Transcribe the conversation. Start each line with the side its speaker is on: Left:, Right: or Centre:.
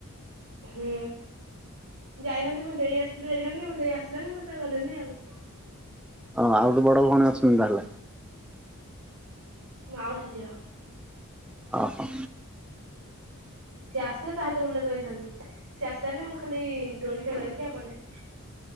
Right: ହୁଁ ଯାଇଛନ୍ତି ମୋ ଦେଇ ଆସିଥିଲି ଯାଇଥାନ୍ତି ମୋ ଦେଇ ଆସିଲଣିି ମୁଁ ସେଥି ପାଇଁ ଗଲିଣିି ଆଉ ‌।
Centre: ଓ‌ ଆଉ ଗୋଟେ ବଡ ଭଉଣୀ ଅଛନ୍ତି ତାହେଲେ।
Right: ମାଉସୀ ଝିଅ।
Centre: ଓ ହୋ।
Right: ହ ସିଏ ଆସିଥିଲେ ତା ସହିତ ବୁଲିଵାକୁ ଯାଇଥାନ୍ତି ସିଏ ଆସିଲାନି ମୁଁ ଖାଲି ଦୋଳି ଖେଳିବାକୁ ଯାଇଥିଲି ଆଉ କୁଆଡେ ଯାଇନି।